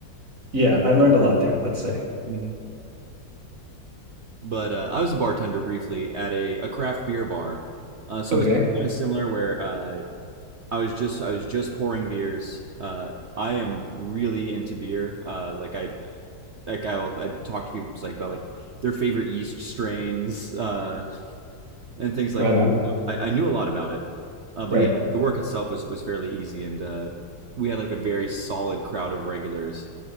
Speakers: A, on the right; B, on the right.
A: yeah i learned a lot there let's say
B: hmm but uh, I was a bartender briefly at a, a craft beer bar. Uh, so
A: okay
B: it's kind of similar where uh, I was just I was just pouring beers. Uh, I am really into beer. Uh, like I like I'll I talk to people just like about like their favorite yeast strains uh, and things like
A: right
B: that.
A: on
B: So I, I knew a lot about it. Uh, but
A: right
B: yeah, the work itself was was fairly easy and uh, we had like a very solid crowd of regulars